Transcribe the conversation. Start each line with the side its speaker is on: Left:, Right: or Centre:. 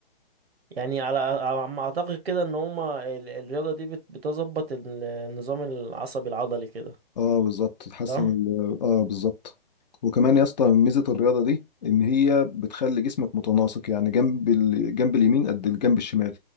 Right: يعني على على ما اعتقد كده ان هما ال- الرياضة دي بت- بتظبط ال- النظام العصبي العضلي كده
Left: اه بالظبط تحسن
Right: صح
Left: ال... اه بالظبط وكمان يا اسطى ميزه الرياضه دي ان هي بتخلي جسمك متناسق يعني جنب الجنب اليمين قد الجنب الشمال